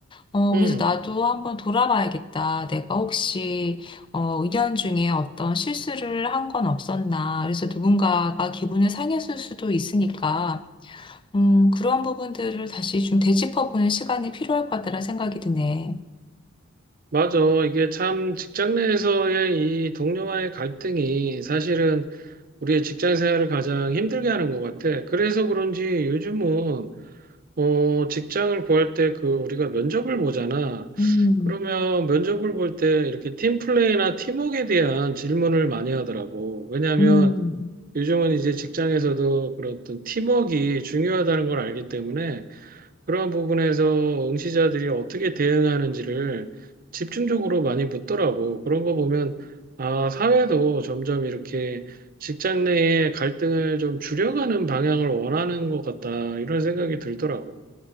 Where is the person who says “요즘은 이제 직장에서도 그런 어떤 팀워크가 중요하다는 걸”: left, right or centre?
Right